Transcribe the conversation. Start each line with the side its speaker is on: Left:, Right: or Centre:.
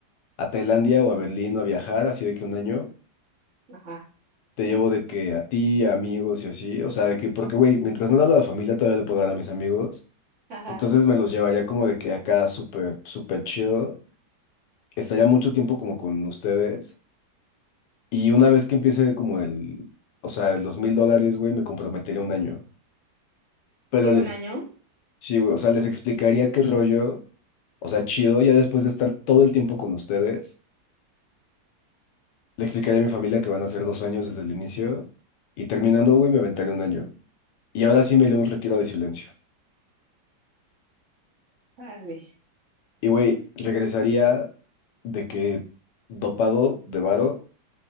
Left: a Tailandia o a Berlín o a viajar, así de que un año,
Right: ajá,
Left: te llevo de que a ti, a amigos y así, o sea, de que, porque, güey, mientras no le hablo a la familia, todavía le puedo hablar a mis amigos,
Right: ajá.
Left: entonces me los llevaría como de que acá súper, súper chido, estaría mucho tiempo como con ustedes, y una vez que empiece como el, o sea, los mil dólares, güey, me comprometería un año, pero
Right: ¿Sí, un
Left: les,
Right: año?
Left: sí, güey, o sea, les explicaría qué rollo, o sea, chido, ya después de estar todo el tiempo con ustedes. Le explicaré a mi familia que van a ser dos años desde el inicio y terminando, güey, me aventaré un año. Y ahora sí me iré a un retiro de silencio.
Right: Vale.
Left: Y, güey, regresaría de que dopado de varo,